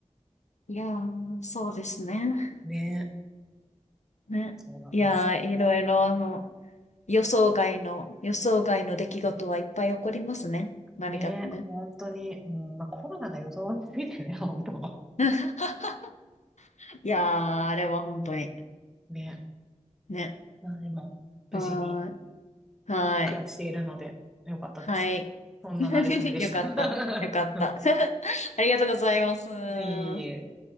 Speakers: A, on the left; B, in the centre.
A: いやー、そうですね。
B: ねえ、
A: ね。
B: そうなんですよ。
A: いやー、いろいろ、あの、予想外の、予想外の出来事はいっぱい起こりますね。何かね。
B: ねえ、本当に、うん、まあ、コロナが予想すぎてね、<laughs> 本当。
A: <laughs> いやー、あれは本当に。
B: ね
A: ね。
B: え、まあでも、
A: はーい。
B: 無事に
A: はい。
B: 暮らしているので、よかったです。
A: はい。
B: そんな馴れ初めでした。
A: <laughs> よかった。よかった。
B: <laughs> うん
A: <laughs> ありがとうございます。
B: いえいえ。